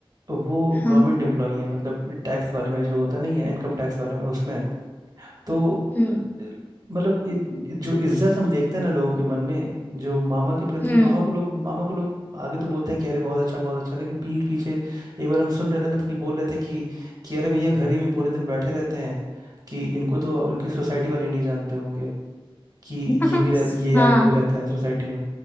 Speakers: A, on the right; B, on the left.
A: वो गवर्नमेंट
B: हाँ
A: एम्प्लॉई है मतलब टैक्स वाले में जो होता नहीं है इनकम टैक्स वाले में उसमें तो
B: हम्म
A: अ, मतलब इत- जो इज्जत हम देखते हैं ना लोगों के मन में जो मामा के प्रति
B: हम्म
A: मामा को लोग मामा को लोग आगे तो बोलते हैं कि अरे बहुत अच्छा बहुत अच्छा लेकिन पीठ पीछे एक बार हम सुन रहे थे ना तो कि बोल रहे थे कि कि अरे भैया घर ही में पूरे दिन बैठे रहते हैं कि इनको तो उनकी सोसाइटी वाले नहीं जानते होंगे कि
B: <laughs>
A: ये भी रह, ये
B: हाँ
A: आदमी भी रहता है सोसाइटी में